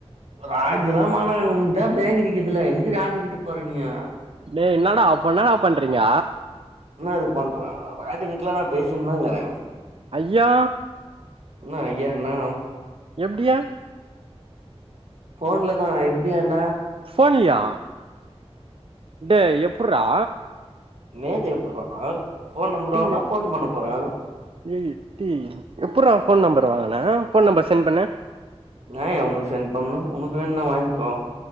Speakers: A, on the right (about 80°); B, on the right (about 55°).
A: ராஜில்லா வேணா அதா பேக் அடிக்குதுல எதுக்கு ராஜிக்கிட்ட போற நீயா
B: டேய் என்னடா அப்ப என்னடா பண்றீங்க
A: என்னாது பண்றே ராஜிக்கிட்டலா நா பேசின்னுதாக்கறே
B: ஐயா
A: என்ன ஐயான்னா
B: எப்டியா
A: ஃபோன்லதா எப்படியண்ண
B: போன்லையா டே எப்புட்றா
A: நேது எப்புட்றா போன் நம்பர்
B: டீய
A: வாங்குனா போன் பண்ண போறேன்
B: டேய் எப்டி எப்புறா அவ ஃபோன் நம்பர் வாங்கு ன ஃபோன் நம்பர் சென்ட் பண்ணு
A: நா ஏ உனக் சென்ட் பண்ணு உனக்கு வேணுன்னா வாங்கிக்கோ